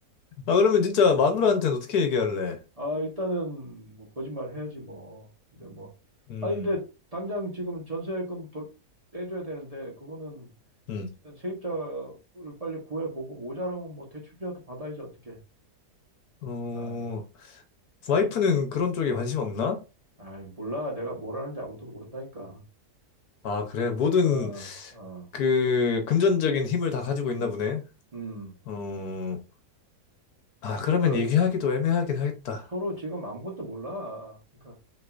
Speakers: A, on the left; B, on the right.
A: 아 그러면 진짜 마누라한테는 어떻게 얘기할래?
B: 아 일단은 뭐 거짓말 해야지 뭐. 근데 뭐
A: 음.
B: 아니 근데 당장 지금 전세금 돌- 빼줘야 되는데 그거는
A: 음.
B: 일단 세입자를 빨리 구해보고 모자라면 뭐 대출이라도 받아야지 어떻게.
A: 어.
B: 아유,
A: 와이프는 그런 쪽에 관심 없나?
B: 아 몰라 내가 뭘 하는지 아무도 모른다니까.
A: 아, 그래. 모든
B: 어, 어,
A: 그 금전적인 힘을 다 가지고
B: 음,
A: 있나 보네.
B: 음.
A: 어, 아, 그러면
B: 그러니까
A: 얘기하기도 애매하긴 하겠다.
B: 서로 지금 아무것도 몰라. 그러니까